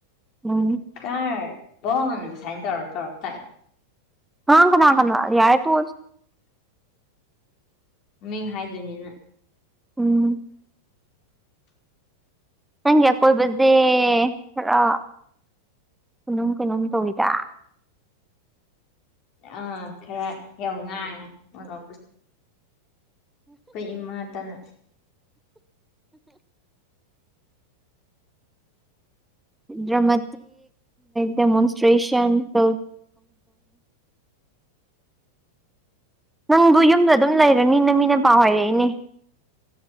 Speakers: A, in the centre; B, on the left.
A: ꯎꯝ
B: ꯀꯥꯔ ꯟ ꯁꯥꯏꯅ ꯇꯔꯣ ꯇꯔꯣ ꯇꯥꯏ
A: ꯍꯪ ꯀꯅꯥ ꯀꯅꯥ ꯌꯥꯏ ꯇꯣ
B: ꯃꯤꯡ ꯍꯥꯏꯗꯣꯏꯅꯤꯅ
A: ꯎꯝ ꯅꯪꯒꯤ ꯑꯀꯣꯏꯕꯁꯦ ꯈꯔ ꯀꯅꯨꯡꯣꯝ ꯀꯩꯅꯣꯝ ꯇꯧꯋꯤꯗ
B: ꯑꯥ ꯈꯔ ꯌ ꯉꯥꯡꯉꯦ ꯃꯁ ꯏꯃꯥ ꯇꯅ
A: ꯭ꯔ ꯃ ꯗꯦꯃꯣꯣꯟꯁꯇ꯭ꯔꯦꯁꯟ ꯇꯧ ꯅꯪꯕꯨ ꯌꯨꯝꯗ ꯑꯗꯨꯝ ꯂꯩꯔꯅꯤꯅ ꯃꯤꯅ ꯄꯥꯎ ꯍꯥꯏꯔꯛꯏꯅꯦ꯫